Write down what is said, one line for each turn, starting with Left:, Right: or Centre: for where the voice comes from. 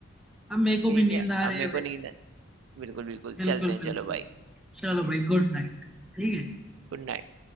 Centre: अब मेरे को
Right: ठीक
Centre: भी नींद
Right: है
Centre: आ
Right: अब
Centre: रही
Right: मेरे
Centre: है भाई
Right: को नींद है बिल्कुल बिल्कुल
Centre: बिल्कुल
Right: चलते हैं
Centre: बिल्कुल
Right: चलो भाई
Centre: चलो भाई गुड नाइट ठीक है
Right: Good night